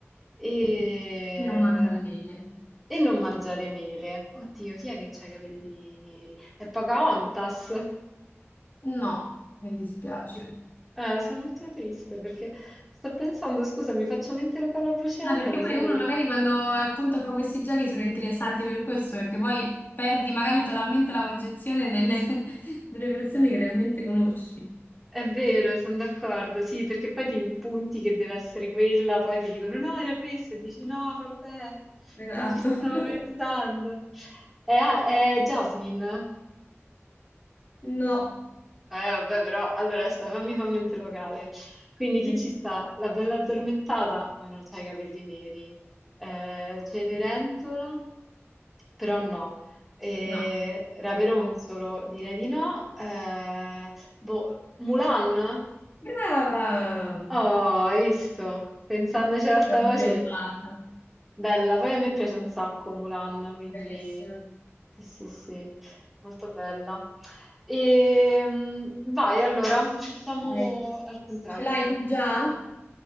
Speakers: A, in the centre; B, on the left.
A: e,
B: E non mangia le mele.
A: e non mangiare mele. Oddio, chi è che ha i capelli neri? È Pocahontas.
B: No, mi dispiace.
A: Che- Eh, sono molto triste perché sto pensando, scusa, mi faccio mente locale a voce alta
B: No, perché
A: così...
B: poi uno magari quando appunto fa questi giochi sono interessanti per questo, perché poi perdi magari totalmente la concezione delle, <laughs> delle persone che realmente conosci.
A: È vero, sono d'accordo, sì, perché poi ti impunti che deve essere quella, poi ti dicono no, era questa, e dici no, vabbè,
B: Esatto.
A: non ci stavo
B: <laughs>
A: pensando. È, A- è Jasmine?
B: No.
A: Eh, vabbè, però, allora, aspetta, fammi fa mente locale. Quindi chi
B: Sì.
A: ci sta? La bella addormentata, ma non c'ha i capelli neri. Eh, Cenerentola? Però no. Eh,
B: No.
A: Raperonzolo?
B: Io-
A: Direi di no. Eh, boh, Mulan?
B: Brava!
A: Oh, hai visto? Pensandoci ad alta
B: L'abbiamo
A: voce,
B: L'abbiamo fatta.
A: bella. Poi a me piace un sacco Mulan, quindi
B: Bellissimo.
A: sì, sì, sì, molto bella. Ehm, vai, allora, facciamo
B: Dai.
A: al contrario.
B: Ce l'hai tu già?